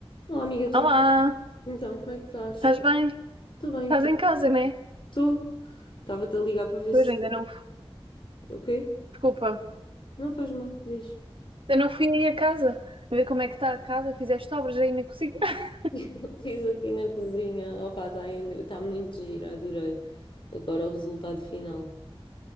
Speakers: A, on the left (about 55°); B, on the right (about 60°).
A: Olá, amiga, tudo
B: Olá,
A: bem? Então, como é que estás?
B: estás bem?
A: Estou bem,
B: Estás
A: tu?
B: em casa, né?
A: Tu? Estava-te a ligar para ver
B: Pois
A: se.
B: ainda não.
A: O quê?
B: Desculpa,
A: Não faz mal, diz.
B: ainda não fui aí a casa. A ver como é que está a casa, fizeste obras aí na cozinha. <laughs>
A: <laughs> Fiz aqui na cozinha. Opa, está engra... tá muito gira, adorei. Agora o resultado final.